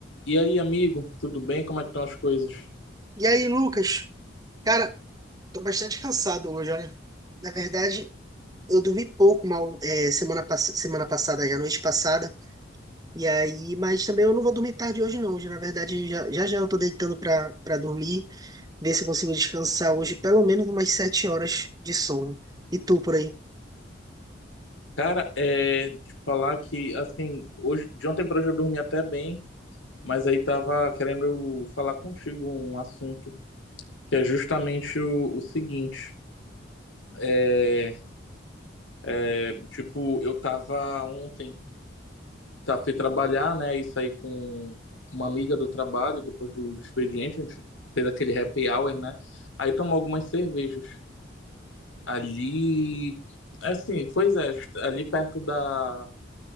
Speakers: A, on the left (about 85°); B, on the right (about 20°).
A: E aí, amigo, tudo bem? Como é que estão as coisas?
B: E aí, Lucas? Cara, tô bastante cansado hoje, olha. Na verdade, eu dormi pouco mal é, semana, pass semana passada, já noite passada. E aí, mas também eu não vou dormir tarde hoje, não. Hoje, na verdade, já já, já eu tô deitando pra, pra dormir, ver se eu consigo descansar hoje pelo menos umas sete horas de sono. E tu por aí?
A: Cara, é te falar que assim, hoje, de ontem para hoje eu dormi até bem, mas aí tava querendo falar contigo um assunto que é justamente o, o seguinte. É, é, tipo, eu tava ontem, tá, fui trabalhar, né? E saí com com uma amiga do trabalho, depois do, do expediente, a gente fez aquele happy hour, né? Aí tomou algumas cervejas. Ali, assim, pois é, ali perto da